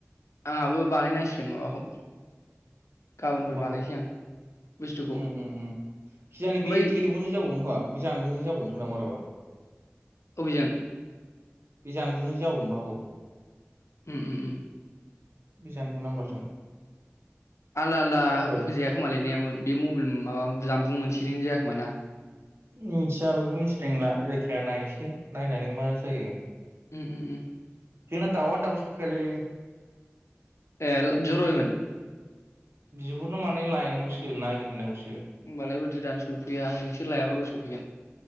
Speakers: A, on the left; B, on the right.
A: आंहाबो बानायनांसिगोन माबाखौ गाबोनफोर
B: माखौ
A: बानायसै आं बुस्थुखौ
B: उम उम उम खिजानो
A: ओमफ्राय
B: बे थेलेफनजों जाबावगोन खोमा? बे जानबुंजों जाबावनोथ ना बाराबा
A: अबेजों
B: बे जानबुंजों जाबावनोबो हागौ ।
A: उम उम उम
B: बे जानबुं नाम्बारजों
A: आलदा आलदा
B: र'
A: होजाया खोमालै ने नायामोन <unintelligible> बे मबाइल माबा जानबुं आ मोनसेजों जायाखोम ना?
B: मिथिया बेखौथ' मिथिनाय नंला जायखिजाया नायसै नायनानै मा जायो?
A: उम उम
B: जोंना दाउआनो दाबो सफैयालै ।
A: ए जरइभेन <unintelligible>
B: बिहरनो माने लायनांगौसो नागिरहैनांगौसो ।
A: होमबालाय बोरैथो दानो सफैया नोंसोर लायाबाबो सौफैया ।